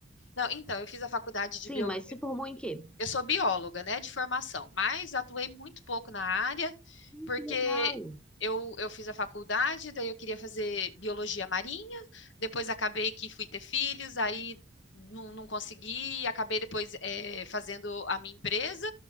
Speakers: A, on the left; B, in the centre.
A: Não, então, eu fiz a faculdade
B: Sim,
A: de bio...
B: mas se formou em quê?
A: Eu sou bióloga, né, de formação, mas atuei muito pouco na área, porque
B: Que legal.
A: eu, eu fiz a faculdade, daí eu queria fazer biologia marinha, depois acabei que fui ter filhos, aí não, não consegui, acabei depois eh, fazendo a minha empresa